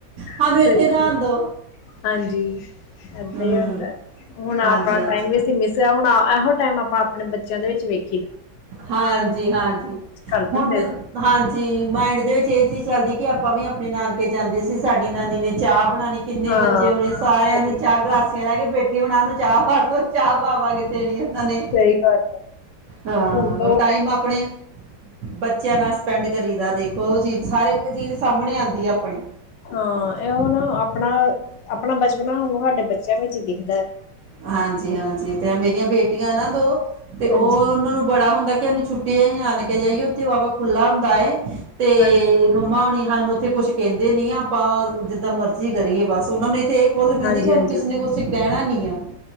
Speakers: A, on the right (about 55°); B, on the left (about 75°).
A: ਸਾਨੂੰ
B: ਸਹੀ
A: ਇੱਥੇ ਨਾਣ
B: ਗੱਲ
A: ਦੋ
B: ਹਾਂਜੀ। ਏਦਾਂ
A: ਹਮ
B: ਹੀ ਹੁੰਦਾ ਹੁਣ ਆਪਣਾ
A: ਹਾਂਜੀ ਹਾਂਜੀ
B: ਟਾਈਮ ਵੀ ਅਸੀਂ ਮਿਸ ਹੁਣ ਟਾਈਮ ਆਪਾਂ ਆਪਣੇ ਬੱਚਿਆਂ ਦੇ ਵਿੱਚ ਵੇਖ
A: ਹਾਂਜੀ ਹਾਂਜੀ,
B: ਕਰ
A: ਹੁਣ
B: ਦਿੰਦੇ
A: ਮੈਂ
B: ਸੀ
A: ਹਾਂਜੀ ਮਾਇੰਡ ਦੇ ਵਿੱਚ ਇਹ ਚੀਜ਼ ਚੱਲਦੀ, ਕਿ ਆਪਾਂ ਵੀ ਆਪਣੇ ਨਾਨਕ ਕੇ ਜਾਂਦੀ ਸੀ ਸਾਡੀ ਨਾਨੀ ਨੇ ਚਾਹ ਬਣਾਣੀ ਕਿੰਨੇ
B: ਹਾਂ।
A: ਬੱਚੇ ਹੋਣੇ ਸਾਰਿਆਂ
B: ਸਹੀ
A: ਨੂੰ ਚਾਹ ਗਲਾਸੀਆਂ ਲੈ ਕੇ ਬੈਠੇ ਹੋਣਾ ਨੂੰ ਚਾਹ ਪਾਤ ਚਾਹ ਪਾ-ਪਾ ਕੇ ਦੇਣੀ ਉਨ੍ਹਾਂ ਨੇ
B: ਸਹੀ ਗੱਲ ਹੈ
A: ਹਾਂ
B: ਹੁਣ ਤਾਂ ਉਹ
A: ਟਾਈਮ ਆਪਣੇ <inaudible> ਬੱਚਿਆਂ ਨਾਲ ਸਪੈਂਡ ਕਰੀ ਦਾ ਦੇਖੋ ਉਹ ਚੀਜ਼ ਸਾਰੇ ਇੱਕ ਚੀਜ਼ ਸਾਹਮਣੇ ਆਉਂਦੀ ਆ ਆਪਣੀ
B: ਹਾਂ ਇਹੋ ਨਾ ਆਪਣਾ ਆਪਣਾ ਬਚਪਨਾ ਉਹਨੂੰ ਸਾਡੇ ਬੱਚਿਆਂ ਵਿੱਚ ਹੀ ਦਿਖਦਾ ਹੈ।
A: ਹਾਂਜੀ -ਹਾਂਜੀ। ਤੇ ਮੇਰੀਆਂ ਬੇਟੀਆਂ ਨਾ ਦੋ ਤੇ ਉਹ
B: ਹਾਂਜੀ
A: ਉਹਨਾਂ ਨੂੰ ਬੜਾ ਹੁੰਦਾ ਕਿਾਨੂੰ ਛੁੱਟੀ ਅਸੀਂ ਨਾਨਕੇ ਜਾਈਏ ਉੱਥੇ ਬਾ ਖੁੱਲਾ ਹੁੰਦਾ ਤੇ
B: ਹਾਂਜੀ
A: ਮੰਮਾ ਹੁਣੀ ਸਾਨੂੰ ਉੱਥੇ ਕੁਛ ਕਹਿੰਦੇ ਨੀ ਆ ਆਪਾਂ ਜਿੱਦਾਂ ਮਰਜ਼ੀ ਕਰੀਏ ਬਸ ਉਹਨਾਂ ਨੇ ਇੇ ਖੁੱਲ ਮਿਲਦੀ
B: ਹਾਂਜੀ
A: ਕਿ ਉਹਾਨੂੰ
B: ਹਾਂਜੀ
A: ਕਿਸੇ ਨੇ ਕੁਛ ਕਹਿਣਾ ਨੀ <unintelligible>